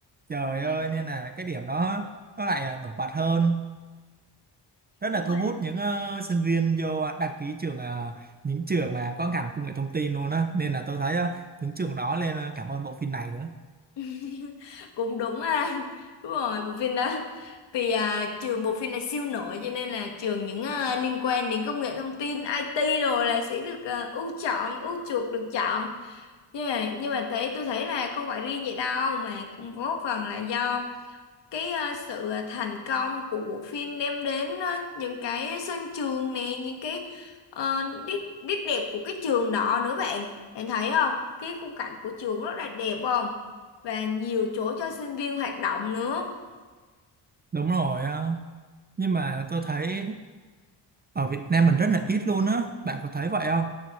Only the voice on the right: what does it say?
trời
ơi nên là cái điểm đó nó lại ờ, nổi bật hơn rất là
thu
hút những ờ, sinh viên vô ờ, đăng ký trường ờ, những trường mà có ngành công nghệ thông tin luôn á nên là tôi thấy ờ, những trường đó lên ờ, cảm ơn bộ phim này nữa
đúng rồi ờ. nhưng mà tôi thấy ở Việt Nam mình rất là ít luôn á bạn có thấy vậy không